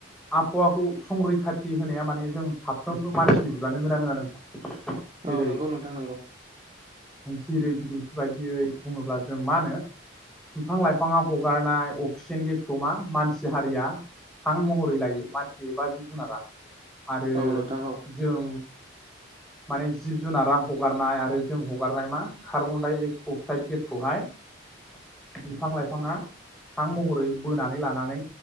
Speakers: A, in the centre; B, on the right.
A: आबहावाखौ संरैखाथि होनाया माने जों साफ्रोमबो मानसिनि बिबान नोगोना नोंङा नों जेरै
B: औ नंगौ नोंथां नंगौ
A: जेरै बिदिन्थि बाय दियै बुङोब्ला जों मा होनो बिफां लाइफाङा हगारनाय अक्सिजेन गेसखौ मा मानसि हारिया हां महरै लायो मानसि एबा जिब जुनारा आरो
B: औ नोंथां औ
A: जों माने जिब जुनारा हगारनाय आरो जों हगारनाय मा खारब डाइ अक्साइड गेसखौहाय बिफां लाइफाङा हां महरै बोनानै लानानै